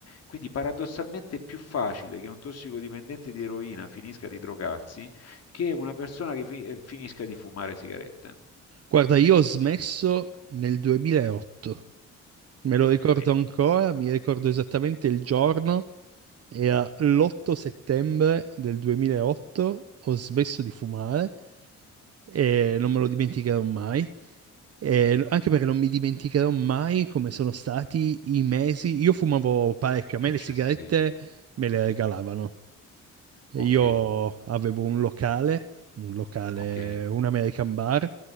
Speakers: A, on the left; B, on the right.
A: Quindi paradossalmente è più facile che un tossicodipendente di eroina finisca di drogarsi che una persona che fi- eh, finisca di fumare sigarette.
B: Guarda, io ho smesso nel 2008, me lo ricordo
A: Eh,
B: ancora, mi ricordo esattamente il giorno era l'8 settembre del 2008, ho smesso di fumare e non me lo dimenticherò mai. E anche perché non mi dimenticherò mai come sono stati i mesi. Io fumavo parecchio,
A: successivi.
B: a me le sigarette me le regalavano. E
A: Ok,
B: Io avevo un locale, un locale,
A: ok,
B: un American bar,